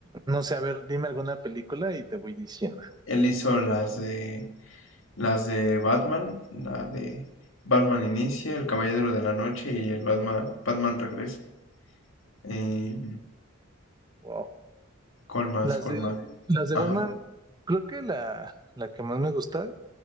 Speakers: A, on the right; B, on the left.
A: no sé, a ver, dime alguna película y te voy diciendo.
B: Él hizo las de las de Batman, la de Batman Inicia, El Caballero de la Noche y el Batman, Batman Regresa. Eh,
A: Wow.
B: ¿Cuál más?
A: Las
B: ¿Cuál
A: de,
B: más?
A: las de
B: Ajá.
A: Batman, creo que la, la que más me gusta